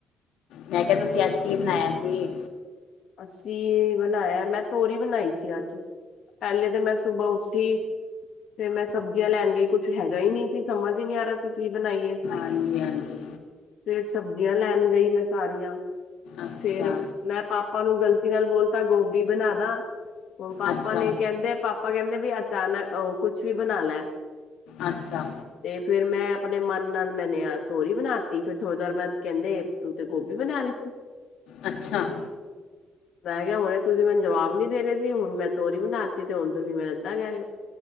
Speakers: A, on the left; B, on the left.
A: ਮੈਂ ਕਿਹਾ ਤੁਸੀਂ ਅੱਜ ਕੀ ਬਣਾਇਆ ਸੀ
B: ਅੱਸੀਂ ਬਣਾਇਆ ਮੈਂ ਤੋਰੀ ਬਣਾਈ ਸੀ ਅੱਜ ਪਹਿਲੇ ਤਾਂ ਮੈਂ ਸੁਬਾਹ ਉੱਠੀ ਫੇਰ ਮੈਂ ਸਬਜ਼ੀਆਂ ਲੈਣ ਗਈ ਕੁੱਛ ਹੈਗਾ ਹੀ ਨਹੀਂ ਸੀ ਸਮਝ ਹੀ ਨਹੀਂ ਆ ਰਿਹਾ ਸੀ ਕੀ ਬਣਾਈਏ
A: ਹਾਂਜੀ -ਹਾਂਜੀ
B: ਫੇਰ ਸਬਜ਼ੀਆਂ ਲੈਣ ਗਈ ਮੈਂ ਸਾਰੀਆਂ
A: ਅੱਛਾ
B: ਫੇਰ ਮੈਂ ਪਾਪਾ ਪਾਪਾ ਨੂੰ ਗ਼ਲਤੀ ਨਾਲ ਬੋਲਤਾ ਗੋਭੀ ਬਣਾਦਾ ਹੁਣ ਪਾਪਾ
A: ਅੱਛਾ
B: ਨੇ ਕਹਿੰਦੇ ਪਾਪਾ ਪਾਪਾਂ ਕਹਿੰਦੇ ਬਈ ਅਚਾਨਕ ਕੁਛ ਵੀ ਬਣਾ ਲੈ
A: ਅੱਛਾ
B: ਤੇ ਫਿਰ ਮੈਂ ਆਪਣੇ ਮਨ ਨਾਲ ਮੈਨੇ ਆ ਤੋਰੀ ਬਣਾਤੀ ਫੇਰ ਥੋੜ੍ਹੀ ਦੇਰ ਬਾਅਦ ਕਹਿੰਦੇ ਤੂੰ ਤੇ ਗੋਭੀ ਬਣਾਣੀ ਸੀ
A: ਅੱਛਾ
B: ਮੈਂ ਕਿਹਾ ਹੁਣੇ ਤੁਸੀਂ ਮੈਨੂੰ ਜਵਾਬ ਨੀ ਦੇ ਰਹੇ ਸੀ ਹੁਣ ਮੈਂ ਤੋਰੀ ਬਣਾ ਦਿੱਤੀ ਤੇ ਹੁਣ ਤੁਸੀ ਮੈਨੂੰ ਐਦਾ ਕਹਿ ਰਹੇ ਹੋ